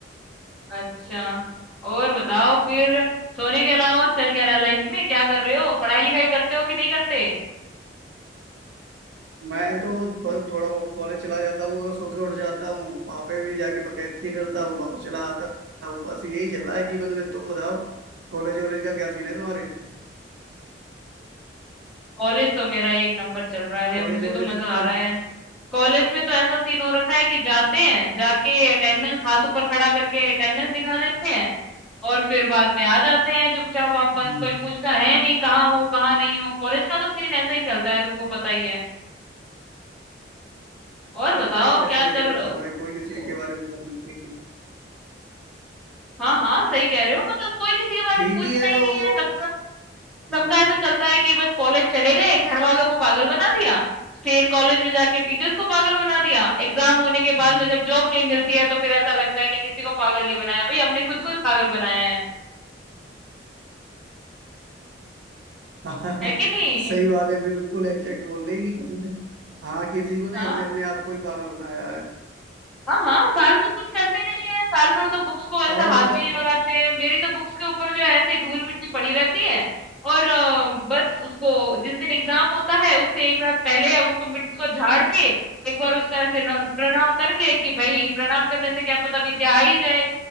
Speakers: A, in the centre; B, on the right.
A: अच्छा और बताओ फिर सोने के अलावा और चल क्या रहा है लाइफ में क्या कर रहे हो पढ़ाई लिखाई करते हो कि नहीं करते
B: मैं तो बस थोड़ा बहुत कॉलेज चला जाता हूँ अगर सो के उठ जाता हूँ वहां पे भी जाके बकैती करता हूँ वापस चला आता हूँ बस यही चल रहा है जीवन में तुम बताओ कॉलेज वॉलेज का क्या सीन है तुम्हारे
A: कॉलेज तो मेरा एक नंबर चल रहा है
B: कॉलेज
A: मुझे
B: वॉलेज
A: तो मजा
B: कब
A: आ रहा है कॉलेज में तो ऐसा सीन हो रखा है कि जाते हैं जाके अटेंडेंस हाथ ऊपर खड़ा करके अटेंडेंस दिखा देते हैं और फिर बाद में आ जाते हैं चुपचाप वापस
B: हम्म
A: कोई पूछता है नहीं कहाँ हो कहाँ नहीं हो कॉलेज का तो सीन ऐसा ही चलता है तुमको पता ही है और
B: कॉलेज
A: बताओ
B: में तो ऐसा
A: क्या
B: ही होता
A: चल ओ,
B: है भाई कोई किसी
A: ओ,
B: के बारे में ज्यादा नहीं-
A: हाँ हाँ सही कह रहे हो मतलब कोई किसी के बारे
B: ठीक
A: में पूछता
B: ही है
A: ही
B: वो
A: नहीं है सब
B: हम्म,
A: सबका ऐसा चलता है कि बस कॉलेज चले गए घर वालों को पागल बना दिया फिर कॉलेज में जाके टीचर्स को पागल बना दिया एग्जाम होने के
B: हम्म।
A: बाद में जब जॉब नहीं मिलती है तो फिर ऐसा लगता है कि किसी को पागल नहीं बनाया भाई हमने खुद को ही पागल बनाया है
B: <laughs>
A: है कि
B: सही
A: नहीं
B: बात है बिल्कुल एग्जैक्ट बोल रही कि कहीं ने- हाँ किसी को नहीं
A: हाँ
B: हमने अपने आप को ही पागल बनाया है
A: हाँ, हाँ, साल भर कुछ करते नहीं है साल भर तो बुक्स को ऐसा
B: और
A: हाथ
B: बताओ
A: भी नहीं लगाते हैं मेरी तो बुक्स के ऊपर जो है ऐसे ही धूल मिट्टी पड़ी रहती है और अ, बस उसको जिस दिन एग्जाम होता है उससे एक रात पहले उसको मिट्टी को झाड़ के एक बार उसका ऐसे न- प्रणाम करके कि भाई प्रणाम करने से क्या पता विद्या आ ही जाए